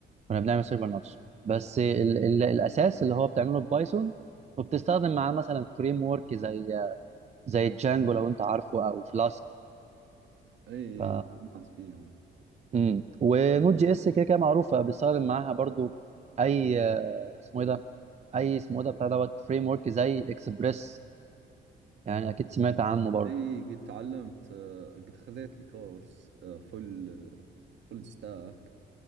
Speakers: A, on the right; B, on the right.
A: كنا بنعمل سيرفر نفسه بس ال ال الاساس اللي هو بتعمله ببايثون وبتستخدم معاه مثلا فريم ورك زي زي جانجو لو انت عارفه او فلاسك
B: اي
A: ف
B: ناس فيهم
A: امم ونود جي اس كده كده معروفه بيستخدم معاها برضو اي آه، اسمه ايه ده اي اسمه ايه ده بتاع دوت فريم ورك زي اكسبريس يعني اكيد سمعت عنه برضو
B: اي قد تعلمت آه، قد خذيت لي كورس فل فل ستاك